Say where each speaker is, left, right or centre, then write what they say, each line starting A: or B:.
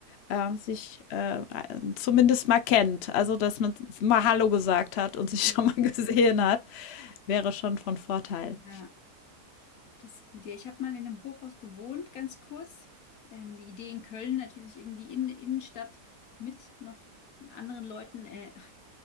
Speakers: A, on the left (about 75°); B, on the left (about 60°).
A: äh, sich äh, zumindest mal kennt. Also, dass man mal Hallo gesagt hat
B: Mhm.
A: und <laughs> sich schon mal <laughs> gesehen hat, wäre schon von Vorteil.
B: Ja. Das ist gut. Ja, ich habe mal in einem Hochhaus gewohnt, ganz kurz. Ähm, die Idee in Köln natürlich irgendwie in der Innenstadt mit noch anderen Leuten äh, <laughs>